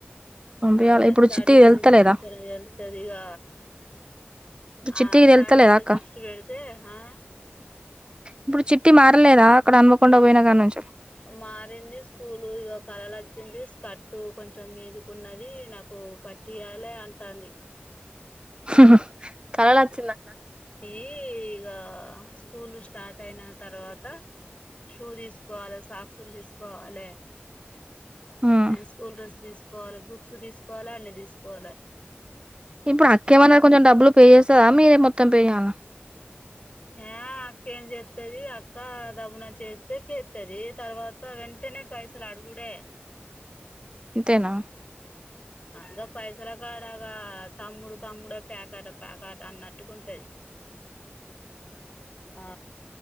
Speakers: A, on the right (about 25°); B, on the left (about 35°).
A: పంపియాలి
B: అదే
A: ఇప్పుడు
B: స్టాడీ
A: చిట్టికి
B: గురించి
A: తెలుత్తలేదా
B: మంచగా తెలుతుంది ఇక
A: ఇప్పుడు చిట్టికి
B: ఆ స్టాడీ
A: తెలుత్తలేదా
B: మీద
A: అక్క
B: దృష్టి పెడితే ఆ
A: ఇప్పుడు చిట్టి మారలేదా అక్కడ హన్మకొండ
B: మా
A: పోయిన కాడ నుంచి
B: మారింది స్కూల్ ఇక కళలు వచ్చింది కట్టు కొంచెం మీదుకు ఉన్నది నాకు పట్టియాలి అంటంది
A: హ్మ్మ్ కళళ వచ్చిందనా
B: అ ఇక స్కూల్ స్టార్ట్ అయిన తర్వాత షూ తీసుకోవాలి సాక్స్లు తీసుకోవాలే
A: మ్మ్
B: స్కూల్ రెస్ దసు కోవాలి బుక్స్ తీసుకోవాలి అన్ని తీసుకోవాలి
A: ఇప్పుడు అక్కేమన్నారు కొంచెం డబ్బులు పే చేస్తా మీ మొత్తం పేజనా
B: ఆ అక్కేం చేస్తది అక్క దముున చేస్తే చేస్తది తర్వాత వెంటనే పైసలు అడుగుడే
A: ఇంతేనా
B: ఇంకా పైసల కాడగా తమ్ముడు తమ్ముడ పేకాట ప్యాకాట అన్నట్టుగాంటది ఆ